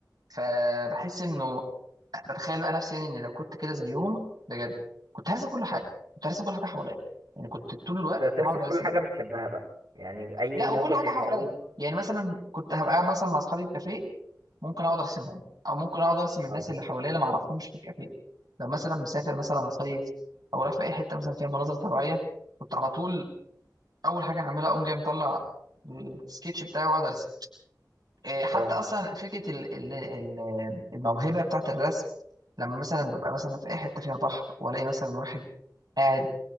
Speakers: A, on the right; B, on the right.
A: فبحس انه بتخيل بقى نفسي يعني ان لو كنت كده زيهم بجد كنت هرسم كل حاجه كنت هرسم كل حاجه حواليا يعني كنت طول الوقت
B: ت- ترسم
A: هقعد ارسم
B: كل حاجة بتحبها بقى يعني أي
A: لا
B: موقف
A: وكل حاجه
B: يحصل
A: حواليا
B: لك
A: يعني مثلا كنت هبقى قاعد مثلا مع اصحابي في كافيه ممكن اقعد ارسمهم او ممكن اقعد ارسم الناس
B: اه
A: اللي حواليا اللي ما اعرفهمش في الكافيه لو مثلا مسافر مثلا اصيف او رايح في اي حته مثلا فيها مناظر طبيعيه كنت على طول اول حاجه هعملها اقوم جاي مطلع السكتش بتاعي واقعد ارسم إيه، حتى
B: اه
A: اصلا فكره ال- ال- ال- الموهبه بتاعت الرسم لما مثلا ببقى مثلا في اي حته فيها بحر والاقي مثلا واحد قاعد